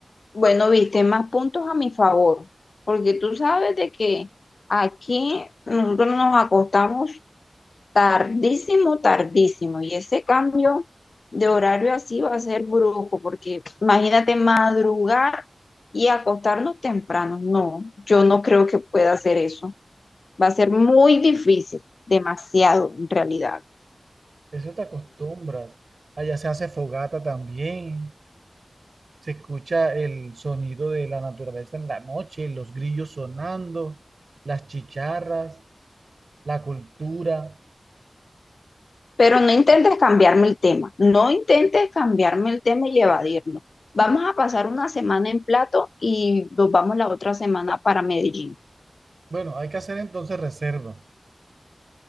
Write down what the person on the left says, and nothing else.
Bueno, viste, más puntos a mi favor, porque tú sabes de que aquí nosotros nos acostamos tardísimo, tardísimo, y ese cambio de horario así va a ser brusco, porque imagínate madrugar y acostarnos temprano. No, yo no creo que pueda hacer eso. Va a ser muy difícil, demasiado en realidad.
Pero no intentes cambiarme el tema, no intentes cambiarme el tema y evadirlo. Vamos a pasar una semana en Plato y nos vamos la otra semana para Medellín.